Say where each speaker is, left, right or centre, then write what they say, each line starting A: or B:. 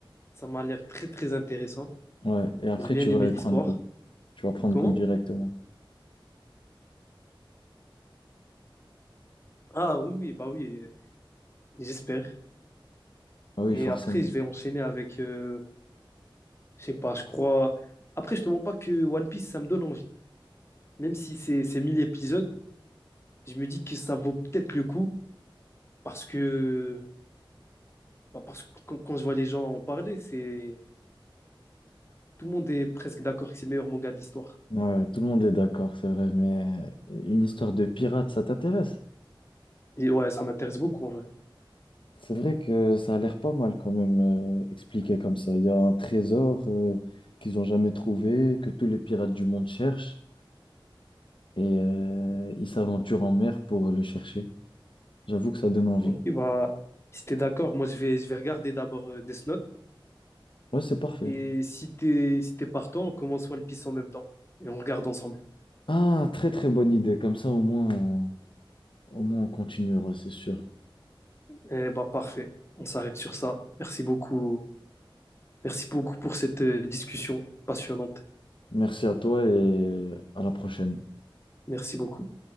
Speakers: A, on the left; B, on the left.
A: Ça m'a l'air très, très intéressant.
B: Ouais, et après,
A: J'ai bien
B: tu
A: aimé
B: vas
A: l'histoire.
B: y prendre goût. Tu vas prendre
A: Comment?
B: goût directement.
A: Ah oui, oui, bah oui, euh, j'espère.
B: Ah oui,
A: Et
B: forcément.
A: après, je vais enchaîner avec, euh, je sais pas, je crois. Après, je te mens pas que One Piece, ça me donne envie. Même si c'est c'est 1000 épisodes, je me dis que ça vaut peut-être le coup parce que, bah, parce que quand, quand je vois les gens en parler, c'est tout le monde est presque d'accord que c'est le meilleur manga de l'histoire.
B: Ouais, tout le monde est d'accord, c'est vrai, mais une histoire de pirate, ça t'intéresse?
A: Et ouais, ça m'intéresse beaucoup en vrai
B: C'est vrai que ça a l'air pas mal quand même euh, expliqué comme ça. Il y a un trésor euh, qu'ils n'ont jamais trouvé, que tous les pirates du monde cherchent, et euh, ils s'aventurent en mer pour le chercher. J'avoue que ça donne envie.
A: Ok, bah, si t'es d'accord, moi je vais, je vais regarder d'abord euh, Death Note.
B: Ouais, c'est parfait.
A: Et si t'es, si t'es partant, on commence One Piece en même temps. Et on regarde ensemble.
B: Ah, très très bonne idée. Comme ça, au moins, on, au moins on continuera, c'est sûr.
A: Eh bah, parfait. On s'arrête sur ça. Merci beaucoup. Merci beaucoup pour cette euh, discussion passionnante.
B: Merci à toi et à la prochaine.
A: Merci beaucoup.